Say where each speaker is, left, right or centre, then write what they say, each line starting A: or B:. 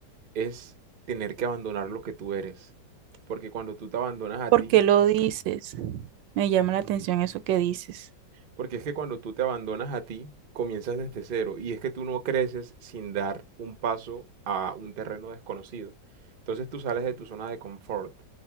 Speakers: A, on the right; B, on the right.
A: es tener que abandonar lo que tú eres. Porque cuando tú te abandonas a
B: ¿Por
A: ti,
B: qué lo dices? Me llama la atención eso que dices.
A: Porque es que cuando tú te abandonas a ti, comienzas desde cero. Y es que tú no creces sin dar un paso a un terreno desconocido. Entonces tú sales de tu zona de confort.